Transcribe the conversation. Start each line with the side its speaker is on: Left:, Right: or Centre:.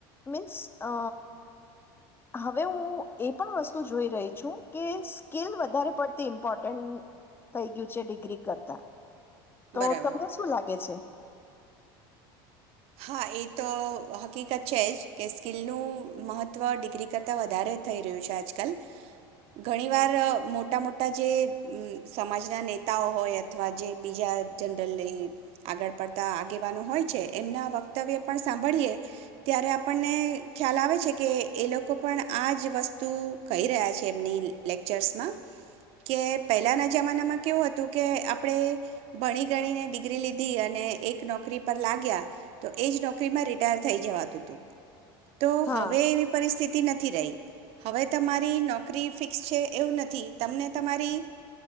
Left: મીન્સ અ હવે હું એ પણ વસ્તુ જોઈ રહી છું કે સ્કિલ વધારે પડતી ઇમ્પોર્ટન્ટ થઈ ગયું છે ડિગ્રી કરતા. તો
Right: બરાબર
Left: તમને શું લાગે છે?
Right: હા એ તો હકીકત છે જ કે સ્કિલનું મહત્ત્વ ડિગ્રી કરતાં વધારે થઈ રહ્યું છે આજકાલ ઘણીવાર મોટા મોટા જે સમાજના નેતાઓ હોય અથવા જે બીજા જનરલી આગળ પડતા આગેવાનો હોય છે. એમના વક્તવ્ય પણ સાંભળીએ ત્યારે આપણને ખ્યાલ આવે છે કે એ લોકો પણ આ જ વસ્તુ કહી રહ્યા છે એમની લેક્ચર્સમાં કે પહેલાંના જમાનામાં કેવું હતું કે આપણે ભણી ગણીને ડિગ્રી લીધી અને એક નોકરી પર લાગ્યા. તો એજ નોકરીમાં રિટાયર થઇ જવાતું હતું. તો
Left: હા
Right: હવે એવી પરિસ્થિતિ નથી રહી હવે તમારી નોકરી ફિક્સ છે એવું નથી તમને તમારી